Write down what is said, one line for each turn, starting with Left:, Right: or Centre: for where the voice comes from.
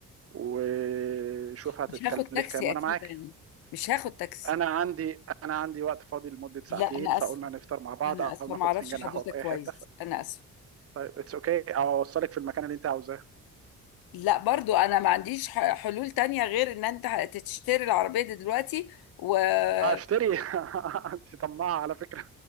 Right: ويشوف هتتكلف
Left: مش هاخد تاكسي
Right: كام وانا
Left: أكيد
Right: معاكي
Left: يعني مش هاخد تاكسي
Right: انا عندي انا عندي وقت فاضي لمده ساعتين
Left: لا أنا
Right: فقلنا
Left: آسفة
Right: نفطر مع بعض
Left: أنا
Right: او
Left: آسفة
Right: ناخد
Left: ما أعرفش
Right: فنجان
Left: حضرتك
Right: قهوه في اي
Left: كويس
Right: حته ف...
Left: أنا آسفة
Right: طيب اتس اوكي okay. او اوصلك في المكان اللي انت عاوزاه
Left: لا برضو انا ما عنديش ح- حلول تانية غير ان انت تشتري العربية دي دلوقتي وشوف
Right: هشتري <laughs> انت طماعه على فكره